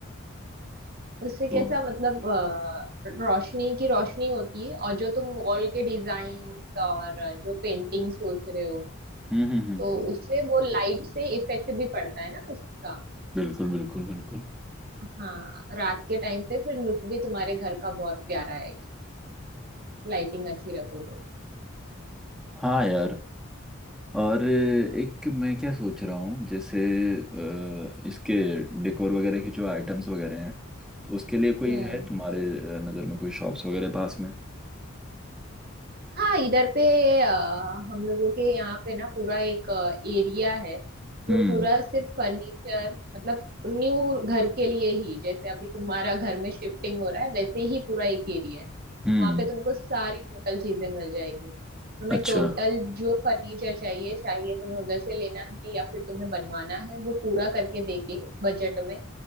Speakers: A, on the right (about 45°); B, in the centre.
A: उससे कैसा
B: तो हम्म
A: मतलब अ, रोशनी की रोशनी होती है और जो तुम वॉल के डिजाइन और जो पेंटिंग सोच रहे हो
B: हम्म हम्म
A: तो उससे वो लाइट से इफेक्ट भी पड़ता है ना उसका
B: बिल्कुल बिल्कुल बिल्कुल
A: हाँ रात के टाइम पे फिर लुक भी तुम्हारे घर का बहुत प्यारा आएगा लाइटिंग अच्छी रखोगे तो
B: हाँ यार और एक मैं क्या सोच रहा हूँ जैसे अ, इसके डेकोर वगैरह के जो आइटम्स वगैरह हैं तो उसके लिए कोई
A: हम्म
B: है तुम्हारे अ, नज़र में कोई शॉप्स वगैरह पास में
A: हाँ इधर पे अ, हम लोगों के यहाँ पे ना पूरा एक एरिया है जो
B: हम्म
A: पूरा सिर्फ फर्नीचर मतलब न्यू घर के लिए ही जैसे अभी तुम्हारा घर में शिफ्टिंग हो रहा है वैसे ही पूरा एक एरिया है
B: हम्म
A: वहाँ पे तुमको सारी टोटल चीजें मिल जाएगी तुम्हें
B: अच्छा
A: टोटल जो फर्नीचर चाहिए चाहिए तुम्हें उधर से लेना है या फिर तुम्हें बनवाना है वो पूरा करके देंगे बजट में